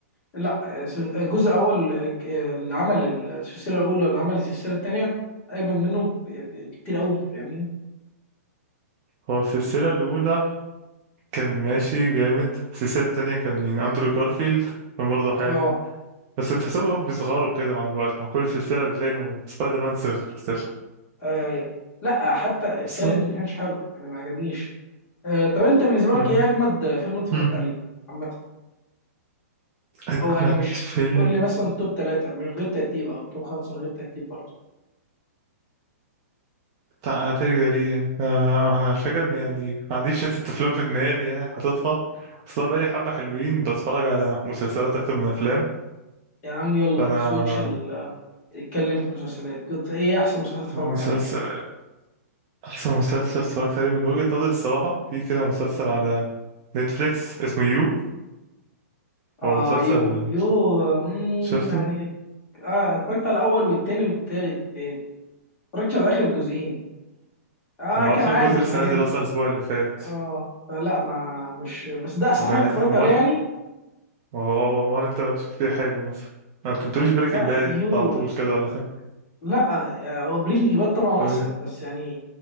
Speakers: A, on the left (about 20°); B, on the right (about 25°).
A: لا آه، س- جزء اول آه، ج- آه، اللي عمل السلسله الاولى اللي عمل السلسله الثانيه اجمد منه ب- ب- بكتير قوي فاهمني
B: هو السلسلة الأولى كان ماشي جامد السلسلة التانية كان مين أندرو جارفيلد كان برضه حلو
A: اه
B: بس تحسهم هو بيصغروا كده مع الوقت مع كل سلسلة بتلاقي الم- سبايدر مان صغر صغر
A: آه، لا حتى الثالث
B: بس هو
A: ما كانش حلو يعني ما عجبنيش آه، طب انت بالنسبه لك
B: يعني
A: ايه اجمد فيلم اتفرجت
B: مم.
A: عليه عامه
B: أجمد
A: او يعني مش
B: فيلم
A: قول لي مثلا توب ثلاثه من غير ترتيب او توب خمسه من غير ترتيب برضه
B: بتاع هتاري ده ليه يعني آه، أنا فاكر إن يعني ما عنديش ست أفلام في دماغي يعني حاططها أصلا بقالي حبة حلوين بتفرج على مسلسلات أكتر من أفلام
A: يا عم يلا
B: فأنا
A: سويتش ال- اتكلم في مسلسلات كنت ايه احسن مسلسلات
B: في
A: اتفرجت
B: مسلسل
A: عليها
B: أحسن مسلسل اتفرجت عليه من وجهة نظري الصراحة في كده مسلسل
A: مين؟
B: على نتفليكس اسمه يو
A: اه
B: هو مسلسل
A: يو يو مم
B: شفته
A: يعني اه اتفرجت على الاول والتاني والتالت بتالي اتفرجتش على اخر جزئين اه
B: هو
A: كان
B: آخر
A: عادي
B: جزء لسه
A: ما عجبني
B: نازل أصلا الأسبوع اللي فات
A: اه فلا ما مش بس ده احسن
B: وده
A: حاجه
B: عادي
A: اتفرجت
B: وارد
A: عليها يعني
B: وهو هو وارد أنت شفتيه حلو مثلا أنت بتقوليش بريكنج
A: لا يو
B: باد على طول كده ولا حاجة
A: لا آه، هو بريكنج باد طبعا
B: طب
A: احسن
B: إيه
A: بس يعني